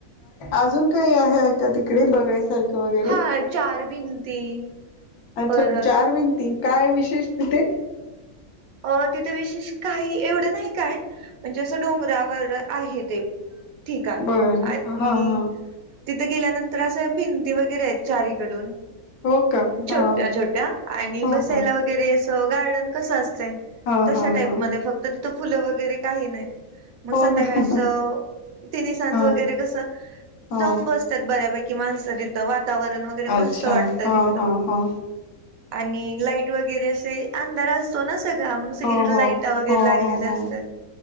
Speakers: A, on the left; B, on the right.
A: अजून काही आहे का तिकडे बघायसारखं. वगैरे
B: हा चार भिंती
A: अच्छा
B: परत
A: चार भिंती काय विशेष तिथे?
B: अ तिथे विशेष काही एवढं नाही काय म्हणजे असं डोंगरावर आहे ते ठीकण
A: बरं
B: आणि
A: हा हा
B: त <unintelligible> तिथे गेल्यानंतर असं भिंती वगैरे आहेत चारीकडून.
A: हो का
B: छोट्या
A: हा
B: छोट्या आणि
A: हो
B: बसायला
A: का
B: वगैरे अस गार्डन कसं असत
A: हा
B: तशा
A: हा
B: टाईप
A: हा
B: मध्ये फक्त तिथं फुलं वगैरे काही नाही. मग
A: हो
B: संध्याकाळचं
A: का
B: तिन्ही सांज
A: हा
B: वगैरे कस
A: हो
B: जाऊन बसतात बऱ्यापैकी माणस तिथं <unintelligible> वातावरण वगैरे मस्त
A: अच्छा
B: वाटत
A: हा
B: तिथलं
A: हा हा
B: आणि लाईट वगैरे असे अंधार असतो ना सगळा मग सगळीकडे
A: हो हो
B: लाईट वगैरे
A: हो
B: लागलेल्या
A: हो हो
B: असतात.